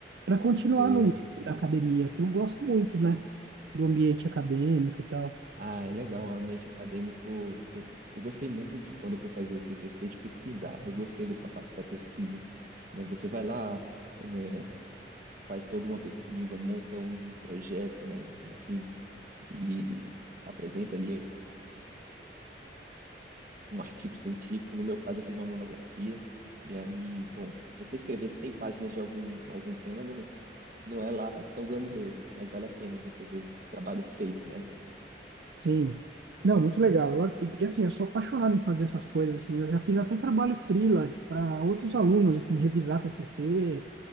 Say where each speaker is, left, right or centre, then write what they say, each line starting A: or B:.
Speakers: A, on the right; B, on the right.
A: Para continuar
B: Sei.
A: no meio da academia, que eu gosto muito, né? Do ambiente acadêmico e tal.
B: Ah, é legal, o ambiente acadêmico. Eu, eu gostei muito de quando eu fui fazer o TCC de pesquisar. Eu gostei dessa parte da pesquisa, né? Você vai lá, é, faz toda uma pesquisa, monta um projeto, né? Enfim, e apresenta ali. um artigo científico, no meu caso eu fiz uma monografia, e aí, bom, você escrever 100 páginas de algum, algum tema não, não é lá tão glamouroso, mas vale a pena você ver o trabalho feito, né?
A: Sim. Não, muito legal. Eu- E e, assim, eu sou apaixonado em fazer essas coisas assim. Eu já fiz até trabalho freela para outros alunos, assim, revisar TCC,